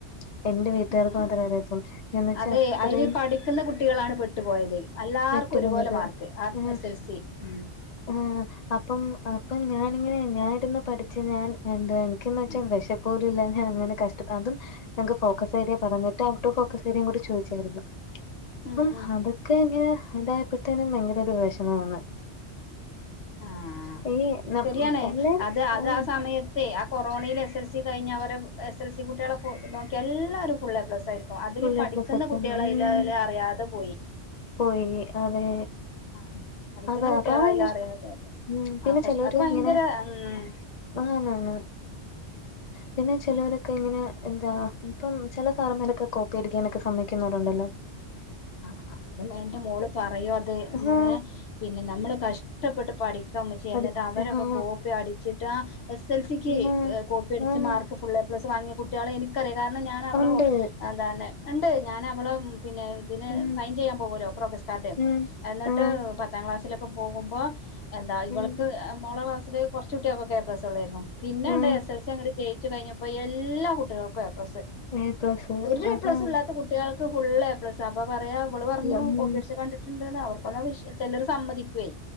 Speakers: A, on the left; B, on the left.
A: <unintelligible> വീട്ടുകാർക്ക്
B: ആഹ്‌
A: മാത്രമേ അറിയത്തുള്ളൂ എന്ന് വെച്ചാ
B: അതെ
A: അത്രയും
B: അതിൽ പഠിക്കുന്ന കുട്ടികളാണ് പെട്ടുപോയത് എല്ലാർക്കും
A: പെട്ടു
B: ഒരുപോലെ
A: പോന്നത്
B: മാർക്ക് ആഹ്
A: ഉം
B: എസ് എൽ സി ഉം
A: ആഹ് അപ്പം അപ്പം ഞാനിങ്ങനെ ഞാനരുന്ന് പഠിച്ച ഞാൻ എന്ത വെച്ചാൽ
B: ഉം
A: വിഷ പോലും ഇല്ല ങ്ങനെ കഷം അതുംക്ക് ഫോക്കസ് പറഞ്ഞിട്ട് ഔട്ട് ഓഫ് ഫോക്കസ് ഏരി കൂടി ചോദിച്ചായിരുന്നു അപ്പം
B: ഉം ഉം
A: അത് ഒക്കെ ഇങ്ങനെ ഇതായപ്പോഴത്തേനും ഭയങ്കര ഒരു വിഷമമാണ്.
B: ആഹ്
A: ഈ നം
B: ശരിയണേ
A: എല്ലാരും
B: അത് അത്
A: ഉം
B: ആ സമയത്ത്. സേ ആ കൊറോണയിൽ എസ് എൽ സി കഴിഞ്ഞാൽ അവരെ എസ് എൽ സി കുട്ടികളെു നോക്കിയാ എല്ലാവരും ഫുള്ള പ്ലസ്യിരിക്കും അതില്
A: ഫുൾ
B: പഠിക്കുന്ന
A: എ പ്ലസ് എടുക്കും
B: കുട്ടികള
A: ഉം
B: അതിൽ അല് അറിയാതെ പോയി.
A: പോയി അതെ
B: ആഹ് പഠിക്കുന്ന
A: അത
B: കുട്ടികള്
A: അതാണ്
B: അയില്
A: എ്
B: അറിയാതെ
A: ഉ പിന്നെ
B: ആഹ് കഷ്
A: ചെലോര്
B: അത് ഭയങ്കര
A: ഇങ്ങനെ
B: ഉം
A: ആനാണ് പിന്നെ ചിലവരൊക്കെ ഇങ്ങനെ എന്താ ഇപ്പം ചില സർ മാരൊക്കെ കോ പടരിക്കാനൊക്കെ സമ്മമിക്കുന്നവരുണ്ടല്ലോ.
B: ആഹ് അത് എന്റെ മോള് പറയോ അത്
A: ഹാ
B: പിന്നെ നമ്മള് കഷ്ടപ്പെട്ട് പഠി ക്കാം പറ്റി
A: പഠി
B: എന്നിട്ട് അവരൊക്കെ
A: ഹാ
B: കോപ്പി അടിച്ചിട്ടാ എസ് എൽ സിക്ക്
A: ഹാ
B: കോപ്പി അ ടിച്ച്
A: ഹാ
B: മാർക്ക് ഫുൾ എ പ്ലസ് വങ്ങിയ കുട്ടിയാളെ എനിക്കറിയ കാരണം ഞാൻ അവളെ
A: ഉണ്ട്
B: ഒ അതാണ് ഇണ്ട് ഞാൻ അവളെ പിന്നെ ഇതിന്
A: ഉം
B: സൈൻ ചെയ്യാൻ പോകൊല്ലോ പ്രൊഗസ് കാർഡ്.
A: ഉം
B: എന്നി
A: ആഹ്
B: ട്ട് പത്താം ക്ലാസിലൊക്കെ പോകുമ്പോ എന്താ ഇവൾക്ക്.
A: ഉം
B: മോളെ കാസ്സില് കൊർച്ച് കുട്ടിയാക്കൊക്കെ എ പ്ലസ് ഒള്ളേയിര്ന്നു പിന്നെ
A: ആഹ്
B: ഇണ്ട് എസ് എസ് സി അങ്ങട്ട്. ജയ്ച്ചു കഴിഞ്ഞപ്പോ എല്ലാ കുട്ടിയാൾക്കും എപ്ലസ്
A: എ പ്ലസ്
B: ഒരു
A: അതാണ്
B: എപ്ലസ് ഇല്ലാത്ത കു റ്റേയാൾക്ക് ഫുള്ളേപ്ലസാ അപ്പ പറയാ അവള് പറഞ്ഞു
A: ഉം
B: കോപ്പി അടിച്ച് കണ്ടി ട്ട്ന്നാ അവർക്കൊള്ള വിഷ. ചെലർ സമ്മതിക്കുവേ